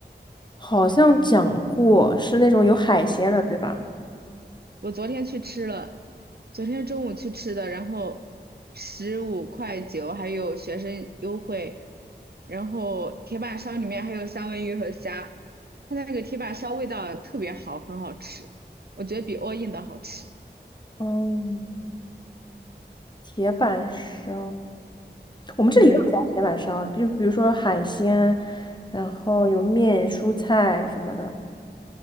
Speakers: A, on the left; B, on the right.
A: 好像讲过是那种有海鲜的，对吧？
B: 我昨天去吃了，昨天中午去吃的，然后十五块九，还有学生优惠。然后铁板烧里面还有三文鱼和虾，它那个铁板烧味道特别好，很好吃，我觉得比 all in 的好吃。
A: 嗯，铁板烧。我们这里也有加铁板烧的比如比如说海鲜，
B: 嗯，
A: 然后有面、蔬菜什么的，